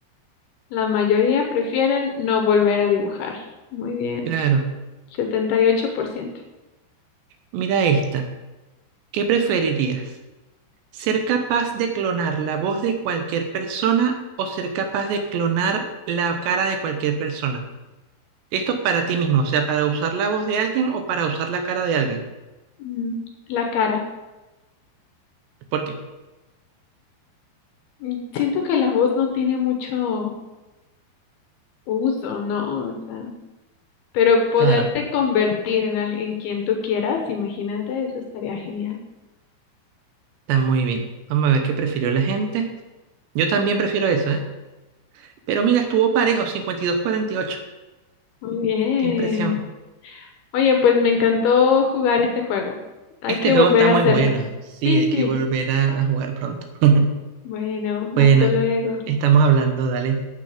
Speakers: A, on the left; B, on the right.
A: la mayoría prefieren no volver a dibujar. Muy bien,
B: Claro,
A: 78%.
B: mira esta. ¿Qué preferirías? ¿Ser capaz de clonar la voz de cualquier persona o ser capaz de clonar la cara de cualquier persona? Esto para ti mismo, o sea, para usar la voz de alguien o para usar la cara de alguien.
A: Mm, la cara.
B: ¿Por qué?
A: Mm, Siento que la voz no tiene mucho uso, ¿no? O sea, Pero poderte
B: Claro.
A: convertir en alguien quien tú quieras, imagínate, eso estaría genial.
B: Está muy bien. Vamos a ver qué prefirió la gente. Yo también prefiero eso, ¿eh? Pero mira, estuvo parejo, 52-48.
A: Muy bien.
B: Qué impresión.
A: Oye, pues me encantó jugar este juego. Hay
B: Este
A: que volver
B: juego está
A: a
B: muy
A: hacerlo.
B: bueno. Sí,
A: Sí,
B: hay
A: sí.
B: que volver a, a jugar pronto. <laughs>
A: Bueno,
B: Bueno,
A: hasta luego.
B: estamos hablando, dale.